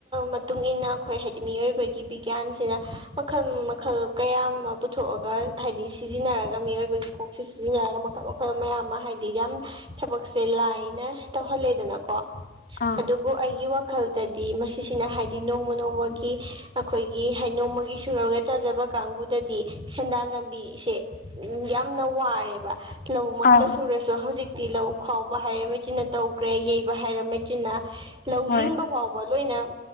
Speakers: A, on the right (about 30°); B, on the left (about 50°).
A: ꯃꯇꯨꯡ ꯏꯟꯅ ꯑꯩꯈꯣꯏ ꯍꯥꯏꯗꯤ ꯃꯤꯑꯣꯏꯕꯒꯤ ꯕꯤꯒ꯭ꯌꯥꯟꯁꯤꯅ ꯃꯈꯜ ꯃꯈꯜ ꯀꯌꯥ ꯑꯃ ꯄꯨꯊꯣꯛꯑꯒ ꯍꯥꯏꯗꯤ ꯁꯤꯖꯤꯟꯅꯔꯒ ꯃꯤꯑꯣꯏꯕꯒꯤ ꯀꯣꯛꯁꯤꯦ ꯁꯤꯖꯤꯟꯅꯔ ꯃꯈꯜ ꯃꯈꯜ ꯃꯌꯥꯝ ꯑꯃ ꯍꯥꯏꯗꯤꯔꯤ ꯌꯥꯝ ꯊꯕꯛꯁꯦ ꯂꯥꯏꯅ ꯇꯧꯍꯜꯂꯦꯗꯅꯀꯣ
B: ꯑꯥ
A: ꯑꯗꯨꯕꯨ ꯑꯩꯒꯤ ꯋꯥꯈꯜꯗꯗꯤ ꯃꯁꯤꯁꯤꯅ ꯍꯥꯏꯗꯤ ꯅꯣꯡꯃ ꯅꯣꯡꯃꯒꯤ ꯑꯩꯈꯣꯏꯒꯤ ꯍꯥꯏꯗꯤ ꯅꯣꯡꯃꯒꯤ ꯁꯨꯔꯨꯔꯒ ꯆꯥꯖꯕ ꯀꯥꯡꯕꯨꯗꯗꯤ ꯁꯦꯟꯗꯥꯟ ꯂꯝꯕꯤꯁꯦ ꯎꯝ ꯌꯥꯝꯅ ꯋꯥꯔꯦꯕ ꯂꯧꯃꯛꯇ
B: ꯑꯥ
A: ꯁꯨꯔꯁꯨ ꯍꯧꯖꯤꯛ ꯇꯤ ꯂꯧ ꯈꯥꯎꯕ ꯍꯥꯏꯔꯦ ꯃꯦꯆꯤꯟꯅ ꯇꯧꯈ꯭ꯔꯦ ꯌꯩꯕ ꯍꯥꯏꯔ ꯃꯦꯆꯤꯟꯅ ꯂꯧ ꯂꯤꯡꯕ
B: ꯍꯣꯏ
A: ꯐꯥꯎꯕ ꯂꯣꯏꯅ